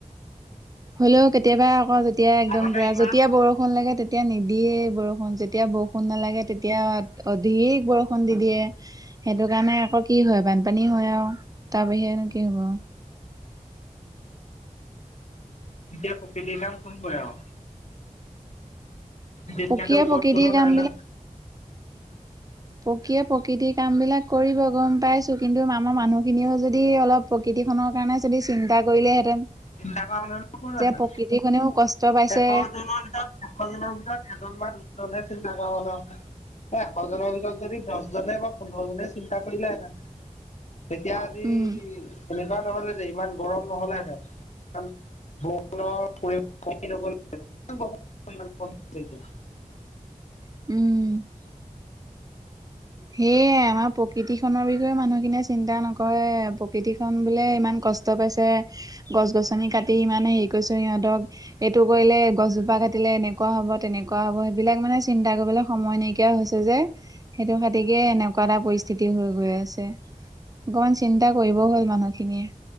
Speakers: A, on the right (about 25°); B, on the left (about 55°).
A: হ'লেও কেতিয়াবা আকৌ যেতিয়া একদম
B: আগতে
A: পুৰা,
B: ইমান
A: যেতিয়া বৰষুণ লাগে তেতিয়া তেতিয়া নিদিয়ে বৰষুণ, যেতিয়া বৰষুণ নালাগে তেতিয়া অধিক বৰষুণ দি দিয়ে। সেইটো কাৰণে আকৌ কি হয়, বানপানী হয় আৰু তাৰ বাহিৰেনো কি হ'ব আৰু।
B: তেতিয়া প্ৰকৃতিয়ে কাম খোব কৰে আৰু। তেতিয়াটো
A: প্ৰকৃয়ে
B: ওপৰত
A: প্ৰকৃতিৰ
B: কোনো
A: কাম
B: নাই ন।
A: প্ৰকিয়ে প্ৰকৃতিৰ কাম বিলাক কৰিব গম পাইছোঁ, কিন্তু আমাৰ মানুহখিনিয়েও যদি অলপ প্ৰকৃতিখনৰ কাৰণে যদি চিন্তা কৰিলেহেঁতেন
B: তিনিটাক মানুহ ক'ত
A: যে
B: আছে,
A: প্ৰকৃতি খনেও কষ্ট পাইছে
B: এশ জনৰ ভিতৰত। এশজনৰ ভিতৰত এজন বা দুজনহে চিন্তা কৰা মানুহ আছে। এশজনৰ ভিতৰত যদি দহ - জনে বা পোন্ধৰ জনে চিন্তা কৰিলেহেঁতেন, তেতিয়া আজি
A: উম
B: এনে - সা নহ'ল হেঁতেন ইমান নৰম নহ'লে হেতেন। পৰি কমি,
A: উম্, সেয়ে, আমাৰ প্ৰকৃতি খনৰ বিষয়ে মানুহখিনিয়ে চিন্তা নকৰে, প্ৰকৃতিখন বোলে ইমান কষ্ট কষ্ট পাইছে, গছ-গছনি কাটি ইমানে হেৰি কৰিছো সিহঁতক এইটো কৰিলে, গছজোপা কাটিলে এনেকুৱা হ'ব, তেনেকুৱা হ'ব, সেইবিলাক মানে চিন্তা কৰিবলৈ সময় নাইকিয়া হৈছে যে, সেইটো খাতিকে এনেকুৱা এটা পৰিস্থিতি হৈ গৈ আছে। অকমান চিন্তা কৰিবও হ'ল, মানুহখিনিয়ে।